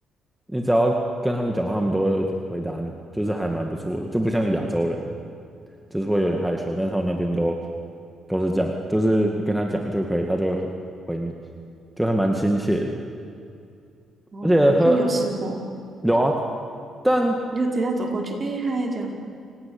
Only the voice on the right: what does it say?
哦，
所以你有试过，
你就直接这样走过去，哎、嗨，这样。